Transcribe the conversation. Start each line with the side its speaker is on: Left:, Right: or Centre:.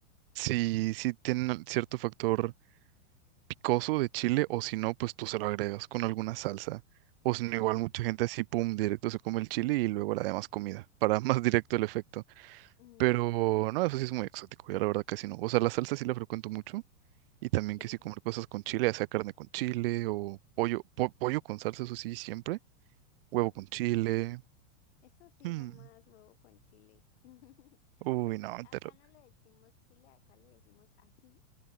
Right: sí, sí tienen al- cierto factor picoso de chile, o si no, pues tú se lo agregas con alguna salsa. O si no,
Left: Ujú.
Right: igual mucha gente así, pum, directo se come el chile y luego la demás comida, <laughs> para más directo el efecto.
Left: Mm,
Right: Pero no, eso sí es muy exótico, yo la verdad casi no. O sea, la salsa sí la frecuento mucho y también
Left: sí,
Right: que sí comer cosas con chile, ya sea carne con chile o pollo, po- pollo con salsa, eso sí, siempre. Huevo
Left: ok.
Right: con chile.
Left: Eso sí,
Right: mm,
Left: jamás huevo con chile. <laughs>
Right: Uy,
Left: Pues
Right: no,
Left: acá
Right: te lo...
Left: no le decimos chile, acá le decimos ají.